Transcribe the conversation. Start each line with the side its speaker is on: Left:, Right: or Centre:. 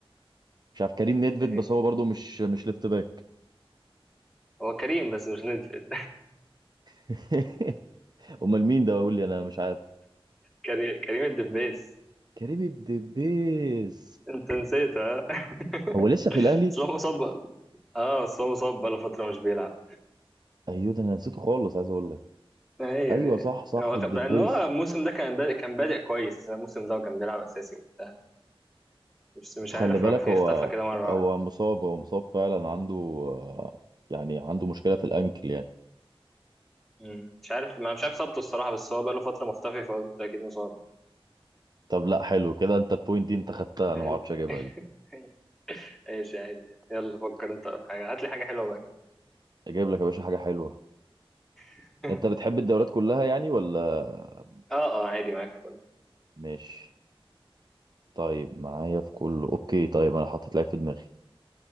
Right: مش عارف كريم نيدفيد
Centre: ايه
Right: بس هو برضو مش مش ليفت باك
Centre: هو كريم بس مش ندفد
Right: <laughs> امال مين ده بقول لي انا مش عارف
Centre: كري... كريم الدبيس
Right: كريم الدبيس
Centre: انت نسيت ها <laughs>
Right: هو لسه في الاهلي
Centre: بس هو مصاب اه بس هو مصاب بقاله فتره مش بيلعب
Right: ايوه ده انا نسيته خالص عايز اقول لك
Centre: ايوه
Right: ايوه
Centre: ايوه
Right: صح صح
Centre: هو
Right: الدبيس
Centre: خ- بقى ان هو الموسم ده كان بادئ كان بادئ كويس الموسم ده كان بيلعب اساسي وبتاع بس مش
Right: خلي
Centre: عارف
Right: بالك
Centre: راح فيه
Right: هو
Centre: اختفى كده مره
Right: هو
Centre: واحدة.
Right: مصاب هو مصاب فعلا عنده آه، يعني عنده مشكله في الانكل يعني
Centre: مم. مش عارف انا مش عارف اصابته الصراحه بس هو بقاله فتره مختفي فقلت اكيد مصاب
Right: طب لا حلو كده انت البوينت دي انت خدتها انا
Centre: يعني
Right: ما اعرفش اجيبها
Centre: <laughs>
Right: دي
Centre: ايش يا عادي يلا فكر انت في حاجه هات لي حاجه حلوه بقى كده
Right: اجيب لك يا باشا حاجه حلوه
Centre: <laughs>
Right: انت بتحب الدوريات كلها يعني ولا
Centre: اه اه عادي معاك في كله
Right: ماشي طيب معايا في كله اوكي طيب انا حطيت لعيب في دماغي